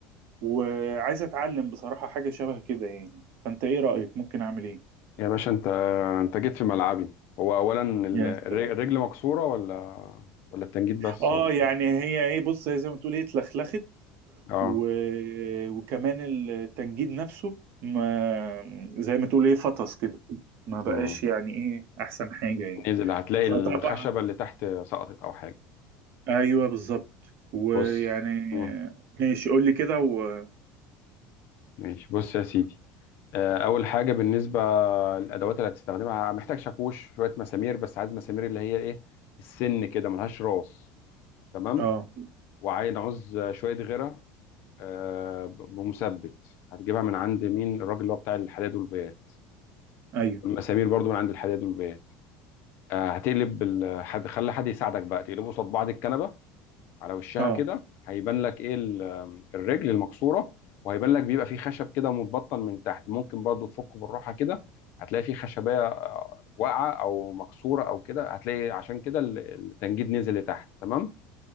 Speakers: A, on the right; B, on the left.
A: وعايز اتعلم بصراحة حاجة شبه كده يعني فانت ايه رأيك ممكن اعمل ايه
B: يا باشا انت انت جيت في ملعبي هو اولا ال-
A: يا
B: الر-
A: <laughs> سلام
B: الرجل مكسوره ولا ولا التنجيد بس
A: اه
B: ولا
A: يعني
B: إيه؟
A: هي ايه بص هي زي ما تقول ايه اتلخلخت
B: اه
A: و... وكمان التنجيد نفسه ما زي ما تقول ايه فطس كده ما بقاش
B: مم.
A: يعني ايه احسن حاجة يعني
B: نزل هتلاقي
A: فطبعا
B: الخشبه اللي تحت سقطت او حاجه
A: ايوه بالظبط ويعني
B: بص مم.
A: ماشي قول لي كده و...
B: ماشي بص يا سيدي آه، اول حاجه بالنسبه للادوات اللي هتستخدمها محتاج شاكوش شويه مسامير بس عايز مسامير اللي هي ايه السن كده ملهاش راس تمام
A: اه
B: وعايز عوز شويه غيره آه، بمثبت هتجيبها من عند مين الراجل اللي هو بتاع الحداد والبيات
A: ايوه
B: والمسامير برضو من عند الحداد والبيات آه هتقلب ال- حد خلي حد يساعدك بقى تقلبه قصاد بعض الكنبه على وشها
A: اه
B: كده هيبان لك ايه ال- الرجل المكسوره وهيبان لك بيبقى فيه خشب كده متبطن من تحت ممكن برضو تفكه بالراحه كده هتلاقي فيه خشبيه آه، واقعه او مكسوره او كده هتلاقي عشان كده ال- التنجيد نزل لتحت تمام